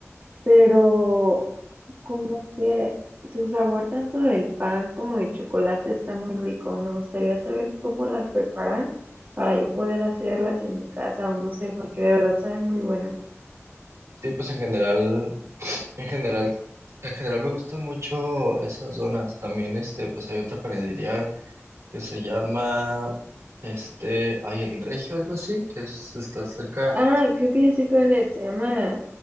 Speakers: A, on the right (about 45°); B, on the right (about 75°).
A: pero como que su sabor tanto del pan como de chocolate está muy rico. Me gustaría saber cómo las preparan para yo poder hacerlas en mi casa o no sé, porque de verdad saben muy buenas.
B: Sí, pues en general, en general, en general me gustan mucho esas donas. También, este, pues hay otra panadería que se llama, este, ay, El Regio, algo así, que es, está cerca.
A: Ah, creo que yo sé cuál es, se llama